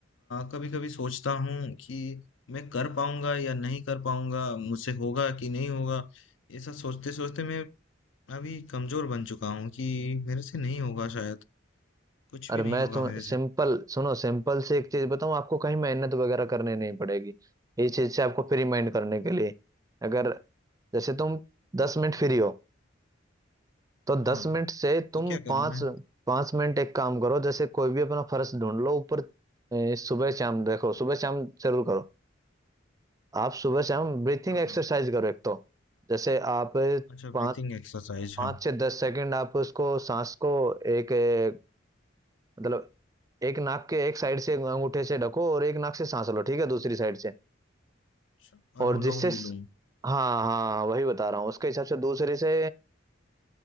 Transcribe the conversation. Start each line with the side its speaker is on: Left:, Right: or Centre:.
Left: कभी कभी सोचता हूँ कि मैं कर पाऊंगा या नहीं कर पाऊंगा मुझसे होगा कि नहीं होगा ऐसा सोचते सोचते मैं मैं अभी कमजोर बन चुका हूँ कि मेरे से नहीं होगा शायद कुछ
Right: अरे
Left: भी नहीं
Right: मैं
Left: होगा
Right: तुम
Left: मेरे
Right: सिंपल
Left: से
Right: सुनो सिंपल से एक चीज बताऊं आपको कहीं मेहनत वगैरह करने नहीं पड़ेगी इस चीज से आपको फ्री माइंड करने के लिए अगर जैसे तुम दस मिनट फ्री हो तो दस
Left: हाँ
Right: मिनट से तुम
Left: तो क्या
Right: पाँच
Left: करूँ मैं
Right: पाँच मिनट एक काम करो जैसे कोई भी अपना फर्श ढूंढ लो ऊपर ए, सुबह शाम देखो सुबह शाम जरूर करो आप सुबह शाम ब्रीथिंग
Left: हाँ
Right: एक्सरसाइज
Left: हाँ
Right: करो एक तो जैसे आप पाँच
Left: अच्छा ब्रीथिंग एक्सरसाइज
Right: पाँच
Left: हाँ
Right: से दस सेकंड आप उसको सांस को एक ए, मतलब एक नाक के एक साइड से अंगूठे से ढको और एक नाक से सांस लो ठीक है दूसरी साइड से
Left: अच्छा,
Right: और
Left: अनुलोम
Right: जिससे स-
Left: विलोम
Right: हाँ हाँ वही बता रहा हूँ उसके हिसाब से दूसरे से